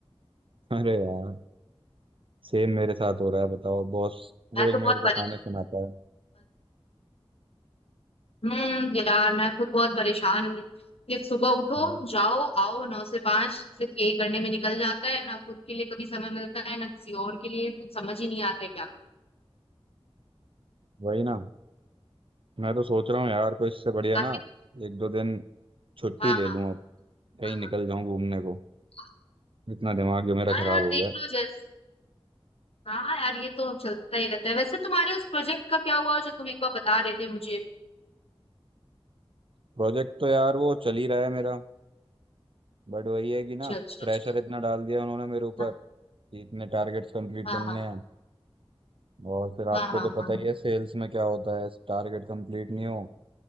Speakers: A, on the right; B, on the left.
A: <laughs> अरे यार सेम मेरे साथ हो रहा है बताओ बॉस रोज
B: मैं तो बहुत
A: मेरे को
B: परेशान
A: ताने सुनाता है
B: हम्म यार मैं खुद बहुत परेशान हूँ कि सुबह उठो
A: हम्म,
B: जाओ आओ नौ से पांच सिर्फ यही करने में निकल जाता है ना खुद के लिए कभी समय मिलता है ना किसी और के लिए कुछ समझ ही नहीं आता है क्या करूं।
A: वही ना मैं तो सोच रहा हूँ यार कोई इससे बढ़िया
B: बाकी
A: ना
B: तो
A: एक दो दिन छुट्टी
B: हाँ
A: ले
B: हाँ
A: लूँ अब कहीं
B: हाँ
A: निकल
B: हाँ
A: जाऊँ घूमने को
B: हाँ
A: इतना दिमाग जो मेरा
B: हाँ
A: खराब
B: यार
A: हो
B: देख
A: गया है
B: लो जैस हाँ यार ये तो चलता ही रहता है वैसे तुम्हारे उस प्रोजेक्ट का क्या हुआ जो तुम एक बार बता रहे थे मुझे
A: प्रोजेक्ट तो यार वो चल ही रहा है मेरा बट वही है कि
B: अच्छा
A: ना
B: अच्छा
A: प्रेशर
B: अच्छा
A: इतना डाल दिया उन्होंने मेरे ऊपर
B: हाँ
A: कि इतने टारगेट्स कंप्लीट
B: हाँ
A: करने हैं और फिर आपको
B: हाँ हाँ हाँ
A: तो
B: हाँ
A: पता ही है सेल्स में क्या होता है टारगेट कंप्लीट नहीं हो